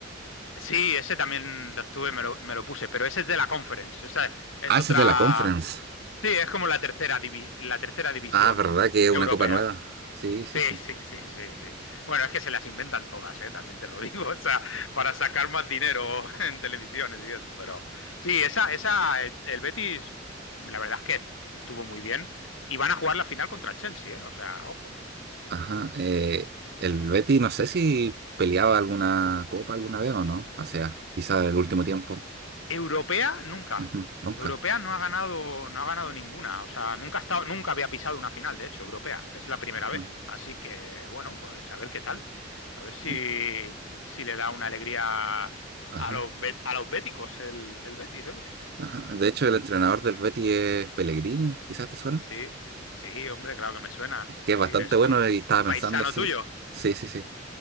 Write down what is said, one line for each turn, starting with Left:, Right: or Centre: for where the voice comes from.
Left: Sí, ese también lo estuve, me lo, me lo puse, pero ese es de la Conference, esa es
Right: Ah,
Left: otra...
Right: esa es de la Conference.
Left: Sí, es como la tercera, divi- la tercera división
Right: Ah, ¿verdad que es
Left: europea.
Right: una copa nueva? Sí, sí,
Left: Sí,
Right: sí.
Left: sí, sí, sí, sí. Bueno, es que se las inventan todas, ¿eh? También te lo digo, <laughs> o sea, para sacar más dinero <laughs> en televisiones y eso, pero sí, esa, esa, el, el Betis, la verdad es que estuvo muy bien y van a jugar la final contra el Chelsea, ¿eh? O sea, ojo.
Right: Ajá. eh, el Betis, no sé si peleaba alguna copa alguna vez o no. O sea, quizá el último tiempo.
Left: Europea, nunca.
Right: Ujú, nunca.
Left: Europea no ha ganado, no ha ganado ninguna. O sea, nunca ha estado, nunca había pisado una final, de hecho, europea. Es la primera
Right: Ajá.
Left: vez. Así que, bueno, pues a ver qué tal. A ver si,
Right: Mi-
Left: si le da una alegría
Right: Ajá.
Left: a los, be- a los béticos el, el Betis, oye.
Right: Ajá. De hecho, el entrenador del Betis es Pellegrini, quizás te suena.
Left: Sí, sí, hombre, claro que me suena.
Right: Es que
Left: Sí,
Right: es bastante
Left: es
Right: bueno
Left: con
Right: y estaba
Left: paisano
Right: pensando así.
Left: tuyo.
Right: Sí, sí, sí.